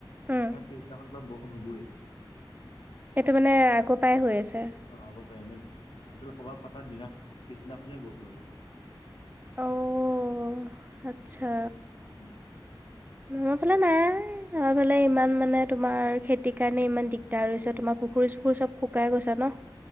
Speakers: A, on the right; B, on the left.
A: উম
B: তাৰ পিছদিনাখন পা বৰষুণ হ'বই।
A: এইটো মানে আগ পাই হৈ আছে।
B: অঁ আগ পাই মানে পানীতোলা পানিটোলা সভা পতা দিনা পিছদিনাখনেই বৰষুণ হ'ব।
A: অও' আৎচ্ছা।
B: উম'।
A: আমাৰ ফালে নাই, আমাৰ ফালে
B: উম,
A: ইমান মানে তোমাৰ খেতিৰ কাৰণে ইমান দিগ- দাৰ হৈছে তোমাৰ পুখুৰী চুখুৰী
B: উম।
A: চব শুকাই গৈছে ন।